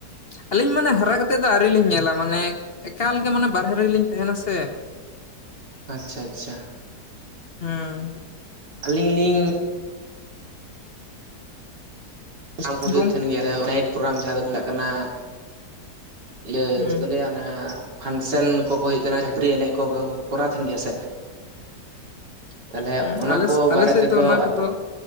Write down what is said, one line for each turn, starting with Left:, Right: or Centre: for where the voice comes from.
Left: ᱟᱹᱞᱤᱧ ᱢᱟᱱᱮ ᱦᱟᱨᱟ ᱠᱟᱛᱮᱫ ᱫᱚ ᱟᱹᱣᱨᱤ ᱞᱤᱧ ᱧᱮᱞᱟ ᱢᱟᱱᱮ ᱮᱠᱟᱞᱜᱮ ᱢᱟᱱᱮ ᱵᱟᱨᱦᱮ ᱨᱮᱞᱤᱧ ᱛᱟᱦᱮᱱᱟ ᱥᱮ
Right: ᱟᱪᱪᱷᱟ ᱟᱪᱪᱷᱟ
Left: ᱦᱩᱸ
Right: ᱟᱹᱞᱤᱧ ᱞᱤᱧ <unintelligible> ᱠᱚ ᱦᱩᱭᱩᱜ
Left: ᱜᱚᱝ
Right: ᱛᱟᱦᱮᱱ ᱜᱮᱭᱟ ᱱᱟᱭᱤᱴ ᱯᱨᱳᱜᱨᱟᱢ ᱡᱟᱦᱟᱸ ᱫᱚᱠᱚ ᱢᱮᱛᱟᱜ ᱠᱟᱱᱟ ᱤᱭᱟᱹ
Left: ᱦᱩᱸ
Right: ᱪᱮᱫ ᱠᱚ ᱞᱟᱹᱭᱟ ᱚᱱᱟ ᱯᱷᱟᱱᱥᱮᱱ ᱠᱚᱠᱚ ᱦᱩᱭᱩᱜ ᱛᱟᱦᱮᱱᱟ ᱯᱷᱟᱜ ᱠᱷᱩᱯᱨᱤ ᱮᱱᱮᱡ ᱠᱚ ᱠᱚᱨᱟᱣ ᱛᱟᱦᱮᱱ ᱜᱮᱭᱟ ᱥᱮ ᱛᱟᱦᱚᱞᱮ
Left: ᱦᱩᱸ
Right: ᱚᱱᱟ
Left: ᱟᱞᱮ
Right: ᱠᱚ
Left: ᱟᱞᱮ
Right: ᱵᱟᱨᱮ
Left: ᱥᱮᱫ
Right: ᱛᱮᱫᱚ
Left: ᱫᱚ ᱚᱱᱟ ᱠᱚᱫᱚ